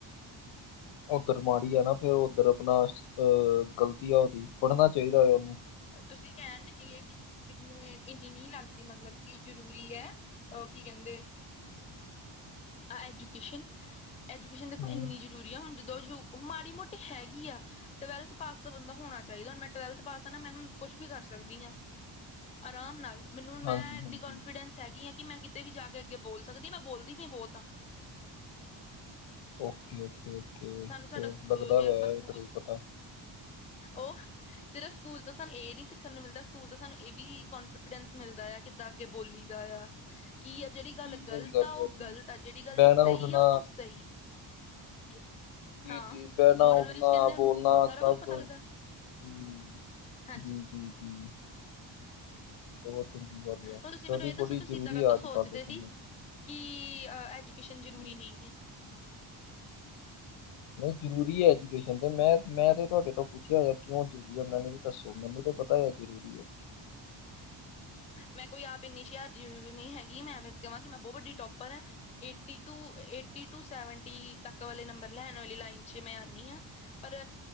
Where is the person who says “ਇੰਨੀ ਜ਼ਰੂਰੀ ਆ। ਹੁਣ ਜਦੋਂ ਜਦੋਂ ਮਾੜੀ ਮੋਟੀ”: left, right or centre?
Left